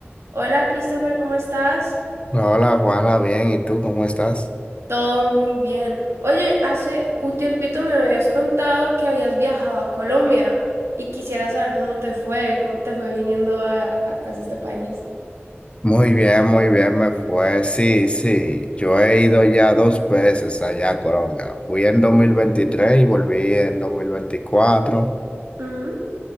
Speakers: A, on the right (about 85°); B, on the left (about 25°).
A: Hola Christopher, ¿cómo estás?
B: Hola Juana, bien, ¿y tú cómo estás?
A: Todo muy bien. Oye, hace un tiempito me habías contado que habías viajado a Colombia y quisiera saber cómo te fue, cómo te fue viniendo a, a, pues, a este país.
B: Muy bien, muy bien, me fue. Sí, sí, yo he ido ya dos veces allá a Colombia. Fui en 2023 y volví en 2024.
A: Ujú.